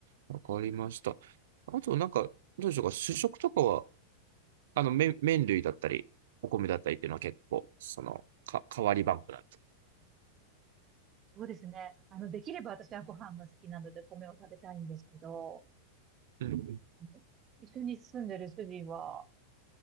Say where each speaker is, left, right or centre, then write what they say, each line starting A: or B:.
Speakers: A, on the right; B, on the right.
A: わかりました。あと、なんか、どうでしょうか、主食とかは、あの、麺、麺類だったり、お米だったりっていうのは結構、その、か、変わりバンクなんです。
B: そうですね。あの、できれば私はご飯が好きなので米を食べたいんですけど、
A: うんうん。
B: うん一緒に住んでる主人は